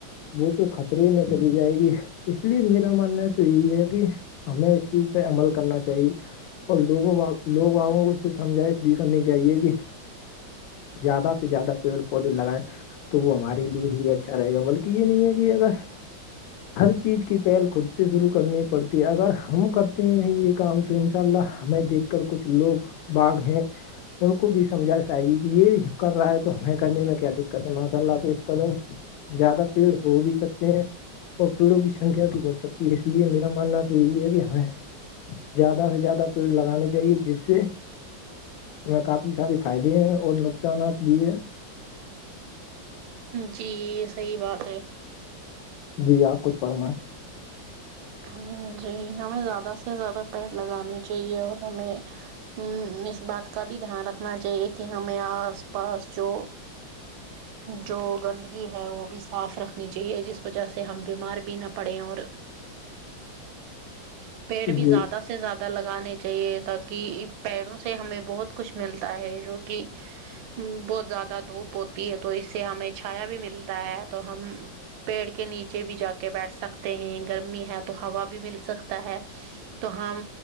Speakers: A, on the left; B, on the right.
A: وہ تو خطرے میں چلی جائے گی اس لیے میرا ماننا تو یہی ہے کہ ہمیں چیز پہ عمل کرنا چاہیے اور لوگوں لوگگوں سے سمجائش بھی کرنی چاہیے گ زیادہ سے زیادہ پیڑ پودے لگائےیں تو وہ ہمارے لیے ہی اچھا رہے گا بلکہ یہ نہیں ہے کہ اگر ہر چیز کی پہل خود سے شروع کرنی پڑتی ہے اگر ہم کرتے ہیں یہ کام تو ان شاء اللہ ہمیں دیکھ کر کچھ لوگ باغ ہیں ان کو بھی سمجھا جائے گی کہ یہ کر رہا ہے تو ہمیں کرنے میں کیا دقت ہے ماشاء اللہ تو اس قدر زیادہ پیڑ ہو بھی سکتے ہیں اور پیڑوں کی سنکھیا بھی بڑھ سکتی ہے اس لیے میرا ماننا تو یہی ہے کہ ہمیں زیادہ سے زیادہ پیڑ لگانے چاہیے جس سے میں کافی سارے فائدے ہیں اور نقصانات بھی ہے
B: جی یہ صحیح بات ہے
A: جی آپ کچھ فرمائیں
B: ہ جی ہمیں زیادہ سے زیادہ پیڑ لگانے چاہیے اور ہمیں ہ اس بات کا بھی دھیان رکھنا چاہیے کہ ہمیں آس پاس جو جو گندگی ہے وہ بھی صاف رکھنی چاہیے جس وجہ سے ہم بیمار بھی نہ پڑیں اور پیڑ بھی
A: جی
B: زیاد سے زیادہ لگانے چاہیے تاکہ پیڑوں سے ہمیں بہت کچھ ملتا ہے جو کہ ہ بہت زیادہ دھوپ ہوتی ہے تو اس سے ہمیں چھایا بھی ملتا ہے تو ہم پیڑ کے نیچے بھی جا کے بیٹھ سکتے ہیں گرمی ہے تو ہوا بھی مل سکتا ہے تو ہم